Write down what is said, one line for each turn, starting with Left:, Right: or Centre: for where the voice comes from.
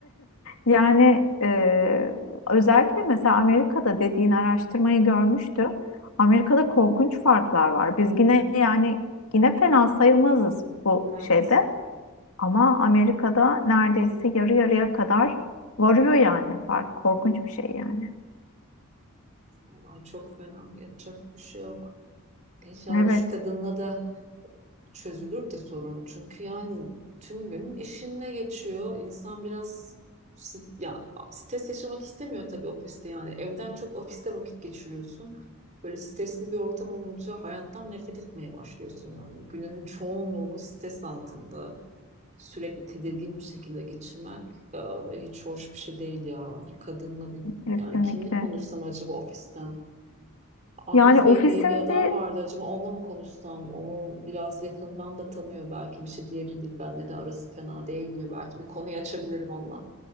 Left: Yani e, özellikle mesela Amerika'da dediğin araştırmayı görmüştüm. Amerika'da korkunç farklar var. Biz yine yani yine fena sayılmazız bu
Right: evet.
Left: şeyde. Ama Amerika'da neredeyse yarı yarıya kadar varıyor yani fark. Korkunç bir şey yani.
Right: Vallahi çok fena. Yapacak bir şey yok. İnşallah
Left: Evet,
Right: şu kadınla da çözülür de sorun. Çünkü yani tüm gün işinde geçiyor. İnsan biraz sit- ya stres yaşamak istemiyor tabii ofiste yani. Evden çok ofiste vakit geçiriyorsun. Böyle stresli bir ortam olunca hayattan nefret etmeye başlıyorsun yani. Gününün çoğunluğunu stres altında sürekli tedirgin bir şekilde geçirmek e, hiç hoş bir şey değil ya. Bu kadınla bir
Left: kesinlikle.
Right: yani kimle konuşsam acaba ofisten? Ahmet
Left: Yani ofisimdi
Right: Bey diye bir adam vardı. Acaba onunla mı konuşsam? Onu biraz yakından da tanıyor belki bir şey diyebilir. Bende de arası fena değil gibi. Belki bir konuyu açabilirim onunla.